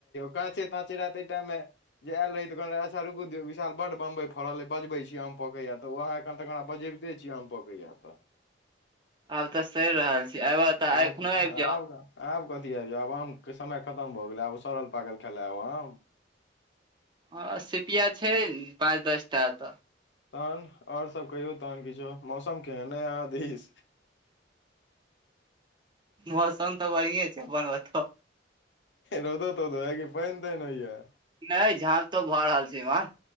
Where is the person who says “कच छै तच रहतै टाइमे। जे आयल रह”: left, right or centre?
Left